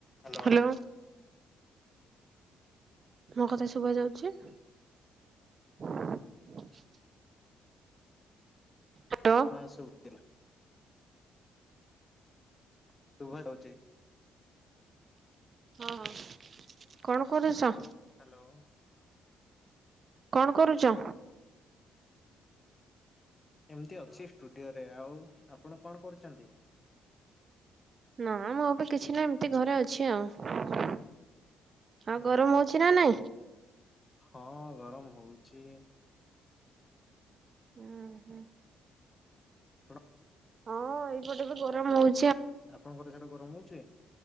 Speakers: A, on the left (about 25°); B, on the right (about 45°).
A: Hello.
B: Hello. ମୋ କଥା ଶୁଭା ଯାଉଛି। <inaudible> ହାଲୋ।
A: ହଁ ଶୁଭିଲା ଶୁଭା ଯାଉଚି।
B: ହଁ କଣ କରୁଚ?
A: ହ୍ୟାଲୋ।
B: କଣ କରୁଚ?
A: ଏମିତି ଅଛି ଷ୍ଟୁଡିଓ ରେ ଆଉ। ଆପଣ କଣ କରୁଛନ୍ତି?
B: ନା ମୁଁ ବି କିଛି ନାଇଁ ଏମିତି ଘରେ ଅଛି ଆଉ। ଆଉ
A: ଆଚ୍ଛା
B: ଗରମ ହଉଛି ନା ନାଇଁ?
A: ହଁ ଗରମ ହଉ। ଚି
B: ଉହୁଁ
A: ଆପଣ
B: ହଁ ଏଇ ପଟେ ବି ଗରମ ହଉ।
A: ଆପଣଙ୍କର ସେଇଆଡ଼େ ଗରମ ହଉଛି?